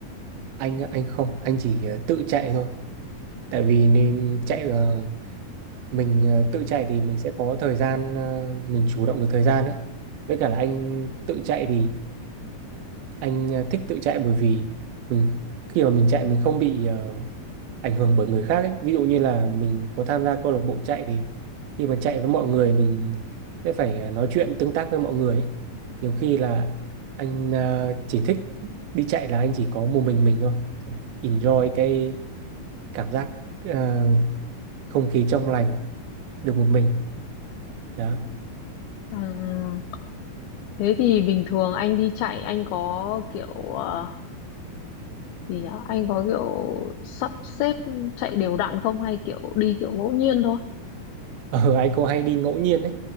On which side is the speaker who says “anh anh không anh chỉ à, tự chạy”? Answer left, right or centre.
Right